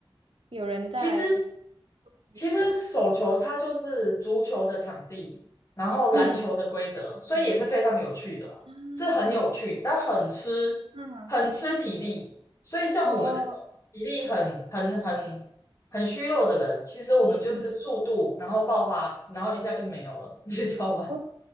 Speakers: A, on the right; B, on the left.
A: 有人在
B: 其实
A: 运动。
B: 其实手球它就是足球的场地，然后篮球的规则，
A: 嗯
B: 所以也是非常有趣的，
A: 嗯。啊，
B: 是很有趣，但很吃很吃体力。
A: 嗯，
B: 所以像我们这种体力很很很
A: 哦，
B: 很虚弱的人，其实我们就是速度，
A: 嗯嗯
B: 然后爆发，然后一下就没有了，
A: 嗯，
B: <laughs> 你知道吗？
A: 我